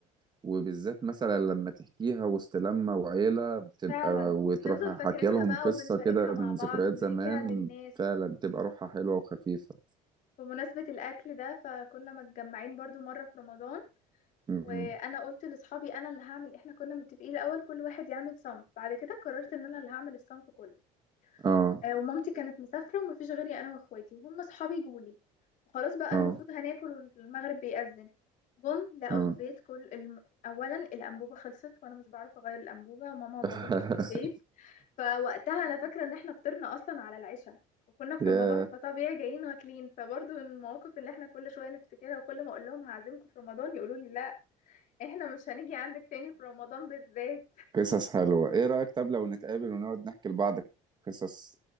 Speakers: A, on the right; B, on the left.
A: وبالذات مثلا لما تحكيها وسط لمة وعيلة بتبقى
B: فعلا
A: وتروح
B: بنفضل فاكرينها
A: حكي لهم
B: بقى
A: قصة
B: وبنشاركها
A: كده
B: مع
A: من
B: بعض
A: ذكريات
B: وبنحكيها
A: زمان
B: للناس
A: فعلا بتبقى روحها حلوة وخفيفة
B: بمناسبة الأكل ده فكنا متجمعين برضو مرة في رمضان
A: م- م.
B: وأنا قلت لأصحابي أنا اللي هعمل إحنا كنا متفقين الأول كل واحد يعمل صنف بعد كده قررت إن أنا اللي هعمل الصنف كله
A: اه
B: آه، ومامتي كانت مسافرة ومفيش غيري أنا وإخواتي وهم أصحابي جولي وخلاص بقى
A: اه
B: المفروض هناكل والمغرب بيأذن جم لقوا
A: اه
B: البيت كل الم... أولا الأنبوبة خلصت وأنا مش بعرف أغير الأنبوبة وماما وبابا
A: <laughs>
B: مش في البيت فوقتها أنا فاكرة إن إحنا فطرنا أصلا على العشاء وكنا في
A: يا
B: رمضان فطبيعي جايين واكلين فبرضه من المواقف اللي احنا كل شوية نفتكرها وكل ما اقول لهم هعزمكم في رمضان يقولوا لي لا احنا مش هنيجي عندك تاني في رمضان بالذات
A: قصص حلوة ايه رأيك طب لو نتقابل ونقعد نحكي لبعض قصص